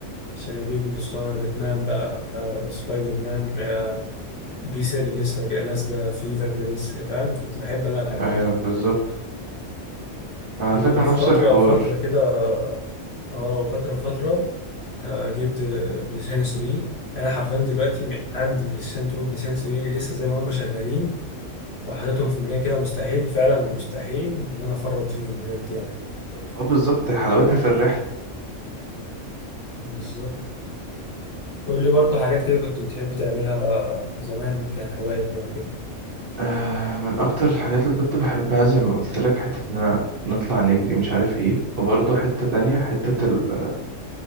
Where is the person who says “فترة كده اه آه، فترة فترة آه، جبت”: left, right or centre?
Left